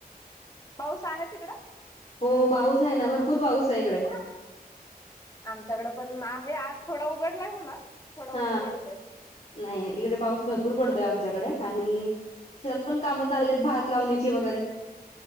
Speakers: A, on the left; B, on the left.
A: पाऊस आहे तिकडं?
B: हो पाऊस आहे ना, भरपूर पाऊस हाय इकडं
A: आमच्याकडं पण आहे, आज थोडा उघडलाय म्हणा थोडा
B: हा,
A: ऊन पडतंय.
B: नाही - नाही इकडे पाऊस भ रपूर पडतोय आमच्याकडे आणि शेतपण कामं चाललेत, भात लावणी ची वगैरे